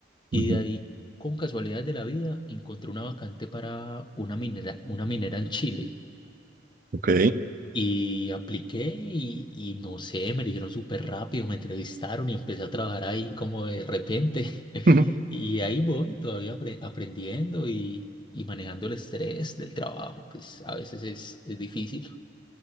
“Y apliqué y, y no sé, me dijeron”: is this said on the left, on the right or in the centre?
Left